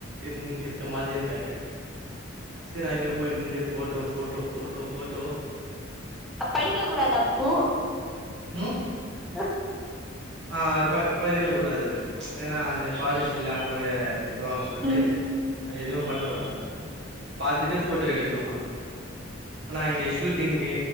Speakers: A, on the right; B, in the centre.
A: ம் இருக்க மாதிரி இருக்காய்ங்க சரி அங்க போய் நின்டு ஃபோட்டோ ஃபோட்டோ ஃபோட்டோ ஃபோட்டோ
B: படிக்க கூடாதா அப்போ
A: ம்
B: ஆஹ
A: ஆ பறிக்க கூடாது அது ஏன்னா அங்க ஃபாரஸ்ட்ல அங்ககொய திட்டுவாங்க சொல்ட்டு
B: ம்
A: அது எதுவு பண்ண கூடாதா பாத்துட்டு ஃபோட்டோ எடுக்கணுமா ஆனா இங்க ஷூட்டிங்கு